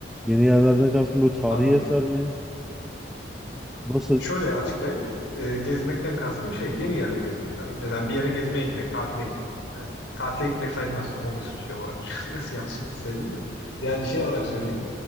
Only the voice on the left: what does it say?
Anladım.
Şöyle açıklayayım. Ee, gezmekten kastım şey yeni yerleri gezmek tabii. Mesela bir yere gezmeye gitmek, tatile yani tatile gitmek sayılmaz şimdi hobi şey olarak <laughs> nasıl yanlış söyledim de. Yani şey olarak söyleyeyim.